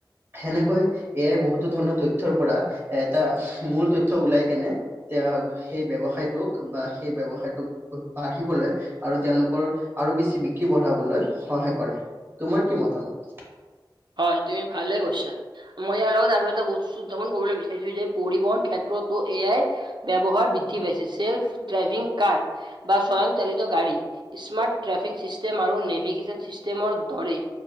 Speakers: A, on the right; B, on the right.
A: সেনেকৈ, এয়াই বহুতো ধৰণৰ তথ্যৰ পৰা, এটা মূল তথ্য ওলাই কেনে, তেওঁ, সেই ব্যৱসায়টোক বা সেই, ব্যৱসায়টোক বাঢ়িবলৈ আৰু তেওঁলোকৰ আৰু বেছি বিক্ৰী বঢ়াবলৈ সহায় কৰে। তোমাৰ কি মতামত?
B: হয়, তুমি ভালে কৈছা। মই ইয়াৰ লগত আৰু এটা বস্তু, দুটামান ক'বলৈ বিচাৰিছোঁ যে, পৰিবহন ক্ষেত্ৰতো এইয়াৰ, ব্যৱহাৰ বৃদ্ধি পাইছে। চেল্ফ ড্ৰাইভিং কাৰ বা স্বয়ং চালিত গাড়ী, স্মাৰ্ট ট্ৰেফিং চিষ্টেম আৰু নেভিগেশ্বন চিষ্টেমৰ দৰেই